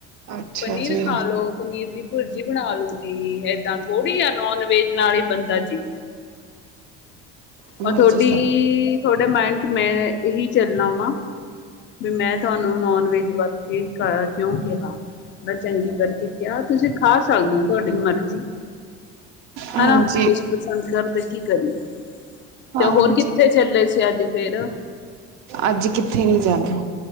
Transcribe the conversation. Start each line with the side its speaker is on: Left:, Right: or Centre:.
Right: ਅੱਛਾ
Left: ਪਨੀਰ
Right: ਜੀ
Left: ਖਾ ਲੋੋ ਪਨੀਰ ਦੀ ਭੁਰਜੀ ਬਣਾ ਲੋੋ ਜੀ। ਏਦਾਂ ਥੋੜੀ ਆ ਨੋਨ ਵੇਜ ਨਾਲ ਹੀ ਬੰਦਾ ਜੀ,
Right: ਹਾਂਜੀ
Left: ਔ ਤੁਹਾਡੀ
Right: ਸਰ
Left: ਤੁਹਾਡੇ ਮਾਇੰਡ ਚ ਮੈਂ ਇਹੀ ਚੱਲਣਾ ਵਾ ਵੀ ਮੈਂ ਤੁਹਾਨੂੰ ਨੋਨ ਵੇਜ ਵਰ ਕੇ ਕਰ ਕਿਉਂ ਕਿਹਨਾ ਮੈਂ ਚੰਗੀ ਕਰਕੇ ਕਿਹਾ ਤੁਸੀਂ ਖਾ ਸਕਦੇ ਹੋ ਤੁਹਾਡੀ ਮਰਜ਼ੀ
Right: ਹਾਂਜੀ
Left: ਹਨਾ ਤੁਸੀਂ ਪਸੰਦ ਕਰਦੇ ਕੀ ਕਰੀਏ।
Right: ਹਾਂਜੀ
Left: ਤੇ ਹੋਰ ਕਿੱਥੇ ਚੱਲੇ ਸੀ ਅੱਜ ਫੇਰ। ਹੂੰ
Right: ਅੱਜ ਕਿੱਥੇ ਨੀ ਜਾਣਾ